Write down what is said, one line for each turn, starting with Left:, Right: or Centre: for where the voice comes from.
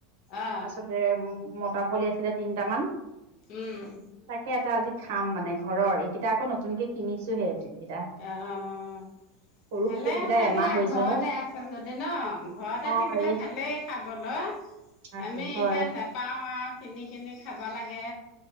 Left: অ
Right: তাৰপাছতে মতা পোৱালি আছিলে, তিনটামান
Left: উম।
Right: তাকে এটা আজি খাম মানে ঘৰৰ। এইকেইটা আকৌ নতুনকে কিনিছোহে এইকেইটা
Left: অহ'
Right: সৰু
Left: ভালে
Right: সৰু এইকেইটা
Left: হৈছে
Right: এমাহ
Left: দিয়া
Right: হৈছেহে
Left: ঘৰতে আছে যদি ন? ঘৰতে
Right: অঁ
Left: থাকিলে
Right: এই
Left: ভালেই। খাবলৈ।
Right: ভাল
Left: আমি
Right: হয়
Left: এতিয়া নেপাওঁ আৰু কিনি কিনি খাব লাগে।